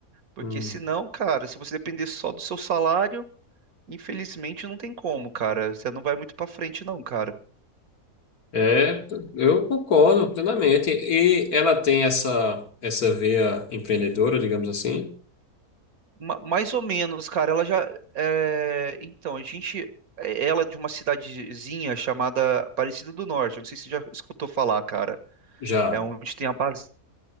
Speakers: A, on the right (about 70°); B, on the left (about 75°).
A: Porque
B: Hum.
A: senão, cara, se você depender só do seu salário, infelizmente não tem como, cara. Você não vai muito pra frente, não, cara.
B: É, eu concordo plenamente. E ela tem essa, essa veia empreendedora, digamos assim,
A: Ma- mais ou menos, cara. Ela já. é, Então, a gente. é, Ela é de uma cidadezinha chamada Aparecida do Norte. Eu não sei se você já escutou falar, cara.
B: já
A: É onde tem a base.